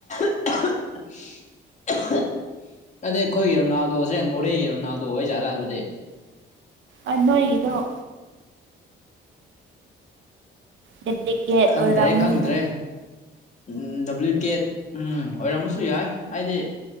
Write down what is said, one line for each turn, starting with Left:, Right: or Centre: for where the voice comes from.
Left: ꯑꯍꯨ ꯑꯗꯤ ꯑꯩꯈꯣꯏꯒꯤ ꯔꯣꯅꯥꯜꯗꯣꯁꯦ ꯃꯣꯔꯦꯒꯤ ꯔꯣꯅꯥꯜꯗꯣ ꯑꯣꯏꯖꯥꯠꯂ ꯑꯗꯨꯗꯤ
Right: ꯑ ꯅꯣꯏꯒꯤꯗꫭ ꯗꯨꯄ꯭ꯂꯤꯀꯦꯠ
Left: ꯈꯪꯗ꯭ꯔꯦ
Right: ꯑꯣꯏꯔꯝꯒꯅꯤꯕ
Left: ꯈꯪꯗ꯭ꯔꯦ ꯎꯝ ꯗꯨꯞꯕ꯭ꯂꯤ ꯀꯦꯠ ꯎꯝ ꯑꯣꯏꯔꯝꯃꯁꯨ ꯌꯥꯏ ꯍꯥꯏꯗꯤ